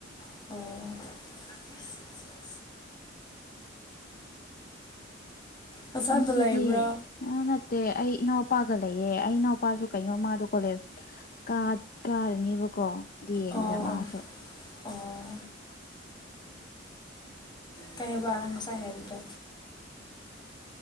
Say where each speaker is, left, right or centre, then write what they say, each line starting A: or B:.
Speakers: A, on the left (about 25°); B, on the left (about 45°).
A: ꯑꯣ ꯅꯁꯥꯗ
B: ꯉꯁꯤꯗꯤ
A: ꯂꯩꯕ꯭ꯔꯥ
B: ꯑ ꯅꯠꯇꯦ ꯑꯩ ꯏꯅꯥꯎꯄꯥꯒ ꯂꯩꯌꯦ ꯑꯩ ꯏꯅꯥꯎꯄꯥꯁꯨ ꯀꯩꯅꯣ ꯃꯥꯗꯣ ꯀꯣꯂꯦꯖ ꯀꯥ ꯀꯥꯔꯅꯦꯕꯀꯣ ꯗꯤ ꯑꯦꯝꯗ
A: ꯑꯣ
B: ꯃꯥꯁꯨ
A: ꯑꯣ ꯑꯣ ꯀꯩ ꯍꯥꯏꯕ ꯉꯁꯥꯏ ꯍꯥꯏꯕꯗꯣ